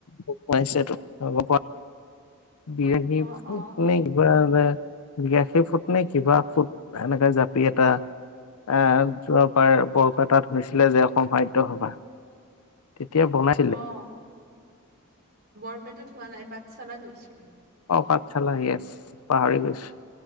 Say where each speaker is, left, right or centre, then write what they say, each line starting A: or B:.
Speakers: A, on the left; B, on the right.
A: পোক সোমাইছেটো <inaudible> বিৰাশী
B: অ
A: ফুট
B: অ
A: নে কিবা যে বিৰাখী ফুট নে কিবা ফুট এনেকে জাপি এটা আহ যোৱাবাৰ বৰপেটাত হৈছিলে যে অসম সাহিত্য সভা। তেতিয়া বনাই
B: অঁ বৰপেটাত হোৱা নাই পাঠশালাত হৈছিল।
A: অঁ পাঠশালা য়েচ পাহৰি গৈছো